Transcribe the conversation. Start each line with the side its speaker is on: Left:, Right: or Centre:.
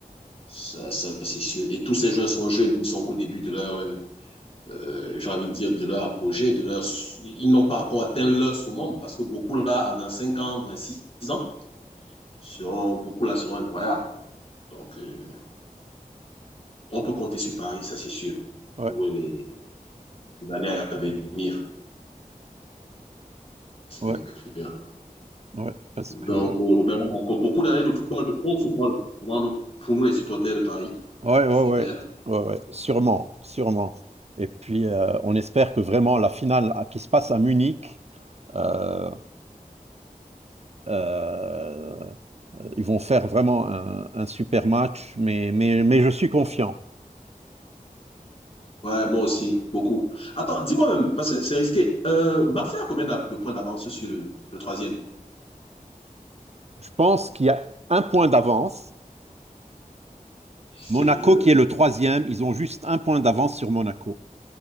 Left: Ça, ça c'est sûr. Et tous ces joueurs sont jeunes, ils ne sont qu'au début de leur, euh, euh, j'ai envie de dire, de leur projet, de leur, ils n'ont pas encore atteint leur sommet parce que beaucoup là, à 25 ans, vingt six ans, seront, beaucoup là seront incroyables. Donc, euh, on peut compter sur Paris, ça c'est sûr,
Right: ouais,
Left: pour les, les années à venir, c'est
Right: ouais,
Left: clair.
Right: ouais, parce
Left: Donc,
Right: que,
Left: euh, ben, on a encore beaucoup d'années de football, de bon football pour nous, pour nous, les supporters de Paris.
Right: ouais, ouais,
Left: C'est
Right: ouais,
Left: clair.
Right: ouais, ouais, sûrement, sûrement. Et puis, euh, on espère que vraiment la finale à- qui se passe à Munich, euh, euh, ils vont faire vraiment un, un super match, mais, mais, mais je suis confiant.
Left: Ouais, moi aussi, beaucoup. Attends, dis-moi même, parce que c'est risqué. Euh, Marseille a combien d'a- de points d'avance sur le, le troisième?
Right: Je pense qu'il y a un point d'avance.
Left: Sérieux?
Right: Monaco qui est le troisième, ils ont juste un point d'avance sur Monaco.